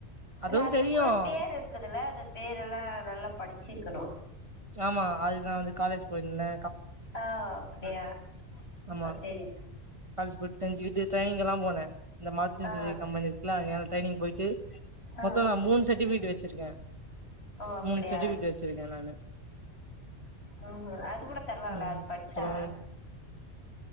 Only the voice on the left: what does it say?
இல்ல
அதுக்கூட
பேரு இருக்குதுல்ல அது பேரெல்லா நல்லா படிச்சிக்கிணு
ஆஹ் அப்டியா
ஆஹ் சேரி.
ஆ
ஆ
ஓ அப்டியா
உம் அது கூட தருவாங்களா
அது படிச்சா.